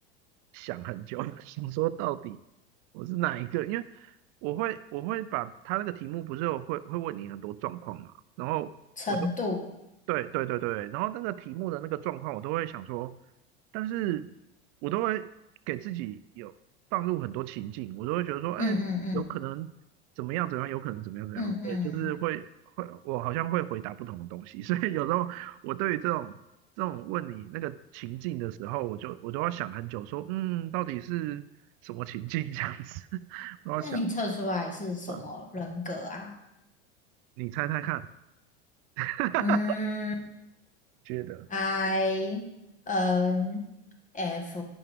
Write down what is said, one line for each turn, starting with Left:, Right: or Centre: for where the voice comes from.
Right: 想很久，<laughs> 想说到底我是哪一个，因为我会我会把他那个题目不是有会会问你很多状况嘛，然后。
Left: 程度，
Right: 我都。对对对对，然后那个题目的那个状况，我都会想说，但是我都会给自己有放入很多情境，我都会觉得说，哎，
Left: 嗯嗯嗯
Right: 有可能怎么样怎么样，有可能怎么样怎么样，
Left: 嗯嗯，
Right: 对，就是会会，我好像会回答不同的东西，<laughs> 所以有时候我对于这种这种问你那个情境的时候，我就我都要想很久，说，嗯，到底是什么情境这样子，<laughs> 我要想，
Left: 那你测出来是什么人格啊？
Right: 呃你猜猜看，<laughs>
Left: 嗯
Right: 觉得。
Left: ，I N F